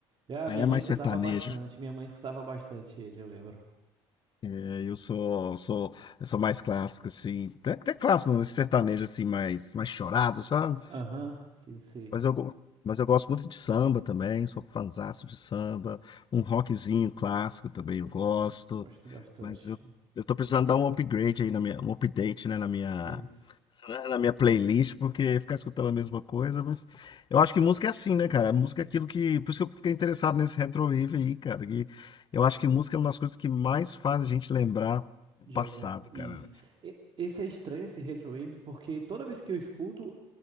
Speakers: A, on the right (about 45°); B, on the left (about 40°).
A: Ah,
B: Aí
A: minha
B: é
A: mãe
B: mais
A: escutava
B: sertanejo.
A: bastante, minha mãe escutava bastante ele, eu lembro.
B: É, eu sou, sou, eu sou mais clássico assim. Até, até clássico, não, esse sertanejo assim mais, mais chorado, sabe?
A: Aham, sim, sim,
B: Mas
A: sim.
B: eu, go- mas eu gosto muito de samba também, sou fanzaço de samba. Um rockzinho clássico também eu gosto.
A: Hum, Gosto bastante.
B: Mas eu,
A: então.
B: eu tô precisando dar um upgrade aí na minha, um update, né, na minha,
A: Isso.
B: na na minha playlist, porque ficar escutando a mesma coisa, mas eu acho que música é assim, né, cara? Música é aquilo que, por isso que eu fiquei interessado nesse retrowave aí, cara, que eu acho que música é uma das coisas que mais faz a gente lembrar o
A: De
B: passado,
A: alguma co- Isso.
B: cara.
A: E- Esse é estranho, esse retrowave, porque toda vez que eu escuto,